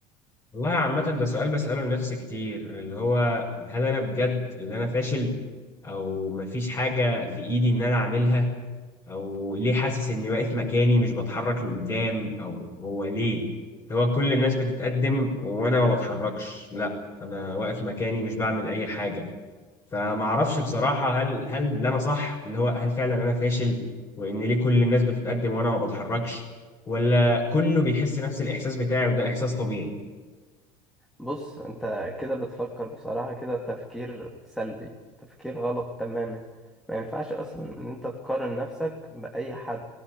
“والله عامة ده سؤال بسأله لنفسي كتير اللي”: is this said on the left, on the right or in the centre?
Left